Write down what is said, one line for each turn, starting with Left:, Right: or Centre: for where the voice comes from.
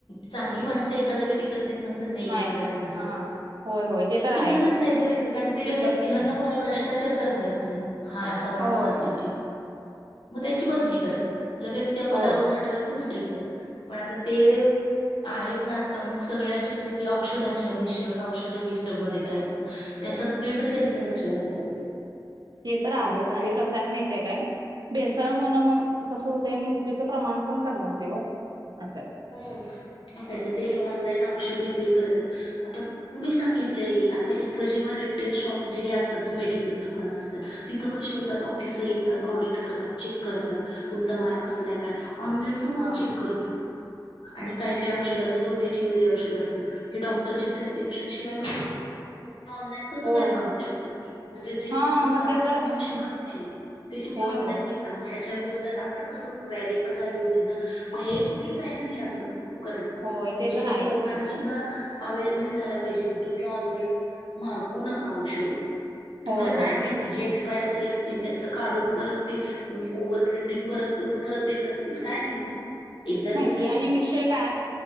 Left: चांगली माणसं एका जागी टिक नाहीत म्हणत्यात, नाही इमानदार
Right: नाहीत नाही
Left: माणसं
Right: हा होय होय ते तर
Left: टीकतच
Right: आहेच की
Left: नाहीत ना तिथं, कारण ती
Right: टिकतच
Left: लगेच ह्यांना
Right: नाही
Left: कुणाला भ्रष्टाचार करतायत. हम, हा असा माणूस
Right: होय.
Left: असला की. म त्यांची बदली करतात. लगेच त्या पदावरून
Right: होय
Left: हटवायचं दुसरीकड पण आता ते आहेत ना आता, मग सगळ्याच्याचं औषधाच्या भेसळ औषध भेसळमध्ये काय असतात. त्या सगळीकडे त्यांचं लक्ष घालतात ते.
Right: ते
Left: त्यामुळे
Right: तर आहे आणि कसाय हाय माहीत काय भेसळ मुळं, म कस होतय मृत्यूचं प्रमाण पण कमी होतेय वो. अस हाय.
Left: हम्म, मग काय तर ते ऑनलाईन औषध विक्री करत्यात. आता कुणी सांगितलंय हे, आता इथं जेव्हा रिटेल शॉप जे असतात मेडिकल दुकानं असत्यात. तिथं कसे होतात ऑफिसर येतात ऑडिट करतात चेक करतात तुमचा माल कसलाय काय ऑनलाईन. चुकून
Right: हा.
Left: चेक करत. आणि काय काय औषधता झोपेची वगैरे औषधं असतात हे डॉक्टरच्या प्रिस्क्रिप्शन शिवाय मळ ''--'' कुठून बी ऑनलाईन. काय
Right: होय
Left: मागू
Right: होय
Left: शकत म्हणजे जे
Right: हा
Left: तुम्ही दुकानात
Right: मग ते
Left: जाऊनघ
Right: तर आहेच
Left: शकत
Right: ना
Left: नाही ते तुम्ही
Right: होय
Left: ऑनलाईन
Right: होय
Left: घ''--'' मग ह्याच्या विरोधात आता कसं रॅली पण झाली होती ना मग हे चुकीच आहे ना हे असं. करणं
Right: होय
Left: म्हणजे
Right: ते तर
Left: हे
Right: आहेच
Left: लोकांना
Right: की.
Left: सुद्धा. अवे अरनेस झाला पाहिजे की तुम्ही ऑनलाईन मागवू नका औषधं. तुम्हाला
Right: होय
Left: काय
Right: होय
Left: माहिती
Right: ते तर
Left: जी एक्सपायर झाली अस''--'' ते त्याचं काढून परत ते ओव्हर प्रिंटिंग परत करून परत देत असतील काय माहिती. एकदाम वि ''--''
Right: हे आणि विषय काय.